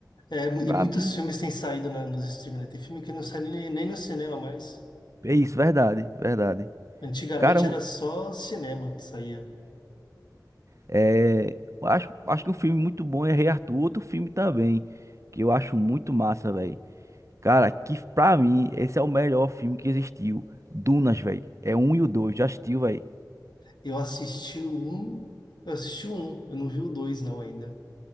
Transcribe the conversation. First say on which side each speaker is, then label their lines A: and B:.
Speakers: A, on the left; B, on the right.
A: É, é, e
B: Pra
A: muitos
B: mim,
A: filmes têm saído na- nos streaming, né? Tem filme que não sai nem, nem no cinema mais.
B: é isso, verdade, verdade.
A: Antigamente
B: Cara, eu-
A: era só cinema que saía.
B: eh, eu acho, acho que um filme muito bom é Rei Arthur, outro filme também, que eu acho muito massa, velho. Cara, que pra mim, esse é o melhor filme que existiu. Dunas, velho. É um e o dois, já assistiu, velho.
A: Eu assisti o um, eu assisti o um, eu não vi o dois não ainda.